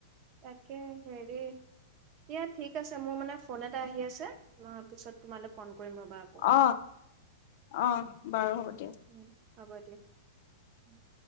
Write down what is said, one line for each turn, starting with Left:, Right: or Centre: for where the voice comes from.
Right: তাকে হেৰি দিয়া ঠিক আছে মোৰ মানে ফোন এটা আহি আছে। মই পিছত তোমালে ফোন কৰিম ৰ'বা আকৌ।
Left: অ অ বাৰু হ'ব দিয়ক
Right: উম' হ'ব দিয়া উম'।